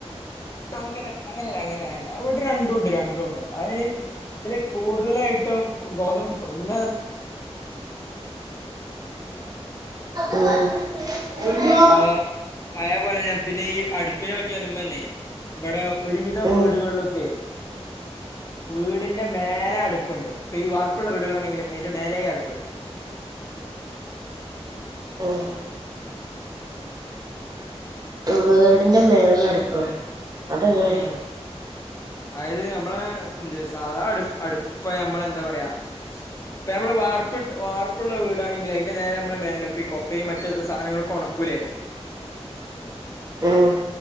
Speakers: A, on the left; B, on the right.
A: അങ്ങന അങ്ങനല്ല അങ്ങനെയല്ല ഇവിടെ രണ്ടും ഉണ്ട്! രണ്ടും ഉണ്ട്! അതി.... ഇതില് കൂടുതലായിട്ടും ഗോതമ്പ് പിന്നെ...
B: ഉം...
A: ആയ് ആയ പോലെ തന്നാ പിന്നെ ഈ അടുപ്പിനെ പറ്റി പറയ... ഇവിടെ ഒരുവിധം
B: ഉം
A: വീടുകളിലൊക്കെയെ വീടിന്റെ മേലെ അടുപ്പുണ്ട് ഇപ്പൊ ഈ വാർപ്പുള്ള വീടുകളാണെങ്കിൽ അതിന്റെ മേലെ അടുപ്പ്
B: ഓഹ് വീടിന്റെ മേളിലടുപ്പോ? അതെങ്ങനെ?
A: ഉം അതായത് നമ്മള എന്ത് സാധാ അടു അടുപ്പ ഇപ്പൊ ഞമ്മള എന്താ പറയാ? ഇപ്പ നമ്മള് വാർപ്പ വാർപ്പുള്ള വീടാണെങ്കി അതിന്റെ നേരെ നമ്മള് മേന ഈ കൊപ്പയും മറ്റ സാധനങ്ങള ഒണക്കൂല്ലേ?
B: ഏഹ്